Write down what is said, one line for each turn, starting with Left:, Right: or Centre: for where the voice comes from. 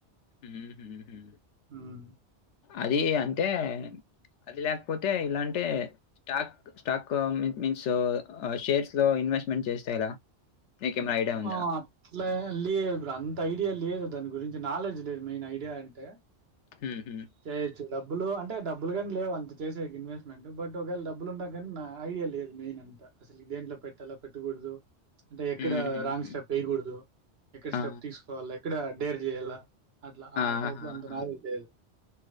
Left: హుహుహు.
Right: హ్మ్
Left: అది అంటే అది లేకపోతే ఇలాంటే స్టాక్ స్టాక్ మీన్స్ షేర్స్ లో ఇన్వెస్ట్మెంట్ చేస్తే ఎలా నీకేమైనా ఐడియా ఉందా?
Right: ఆ అట్ల లేదురా అంత ఐడియా లే దాని గురించి నాలెడ్జ్ లేదు మెయిన్ ఐడియా అంటే
Left: హుహు.
Right: చేయొచ్చు డబ్బులు అంటే డబ్బులు గానీ లేవుం చేసేకి ఇన్వెస్ట్మెంట్ బట్ ఒకవేళ డబ్బులు ఉన్నా కానీ నా ఐడియా లేదు మెయిన్ అంత అసలు దేంట్లో పెట్టాలా పెట్టకూడదు అంటే ఎక్కడ
Left: హుహుహు.
Right: రాంగ్ స్టెప్ వేయకూడదు ఎక్కడ
Left: ఆ!
Right: స్టెప్ తీసుకోవాలి ఎక్కడ డేర్ చేయాల అట్లా ఆ
Left: ఆహాహా!
Right: టైప్ లో అంత నాలెడ్జ్ లేదు